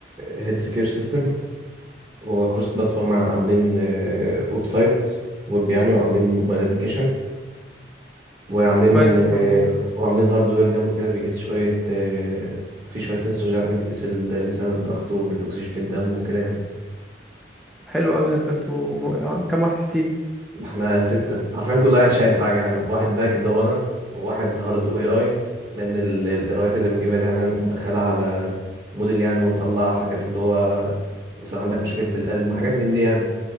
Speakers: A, on the right; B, in the centre.
A: هيلث كير سيستم هو كروس بلاتفورم عاملين ويب سايت ويب يعني وعاملين موبايل ابلكيشن وعاملين
B: طب كويس انتوا
A: آه، وعاملين هاردوير جنبه كده بيقيس شوية آه، في شوية سنسورز يعني بتقيس ال- ميزان الضغط والأكسجين في الدم وكده يعني
B: طب حلو قوي ده انت انتوا م... كام واحد في التيم
A: احنا ستة عارفين كل واحد شايل حاجة يعني واحد باك اللي هو أنا وواحد هارد واي اي لأن ال- القرايات اللي بنجيبها دي أنا مدخلها على موديل يعني ونطلع حاجات اللي هو مثلا عندك مشاكل في القلب حاجات من دي يعني